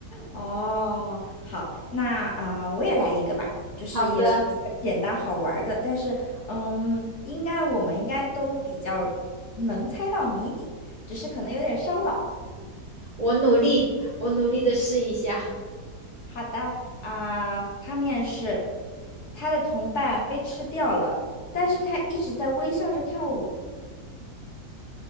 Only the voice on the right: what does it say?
好的，
我努力，我努力的试一下。